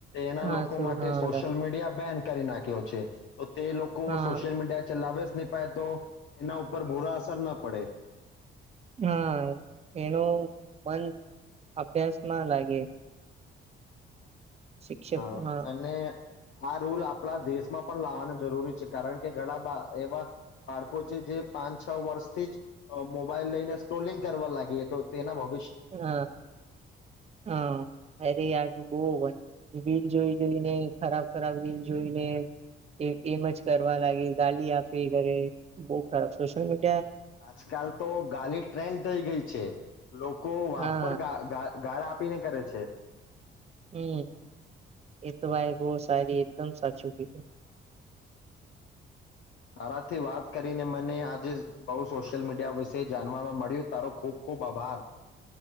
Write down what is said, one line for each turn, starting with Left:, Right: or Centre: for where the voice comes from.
Left: એના
Right: હા
Left: લોકો
Right: શું
Left: માટે
Right: હા
Left: સોશિયલ મીડિયા બેન કરી નાખ્યો છે. તો તે લોકો
Right: હા
Left: સોશિયલ મીડિયા ચલાવે નીપાયે તો એના ઉપર બુરા અસર ન પડે.
Right: હા એનું મન અભ્યાસમાં લાગે. શિક્ષક
Left: હ
Right: હા
Left: અને આ રૂલ આપડા દેશમાં પણ લાવવાનું જરૂરી છે. કારણ કે ઘણા એવા બાળકો છે જે પાંચ-છ વર્ષથી જ મોબાઈલ લઈને સ્ક્રોલિંગ કરવા લાગીએ તો તેના બ
Right: હા, હા, અરે યાર બઉ વન રિલ જોઈ જોઈને ખરાબ ખરાબ રીલ જોઈને એ એમ જ કરવા લાગે. ગાલી આપે ઘરે બઉ ખરાબ. સોશ્યિલ મી
Left: આજકાલ તો ગાલી ટ્રેન્ડ થઈ ગઈ છે. લોકો વાત
Right: હા
Left: પર ગા ગા ગાળ આપીને કરે છે.
Right: હમ, એ તો ભાઈ બઉ સારી એકદમ સાચું કીધું.
Left: તાથી વાત કરીને મને આજે બઉ સોશિયલ મીડિયા વિશે જાણવામાં મળ્યું. તારો ખૂબ ખૂબ આભાર.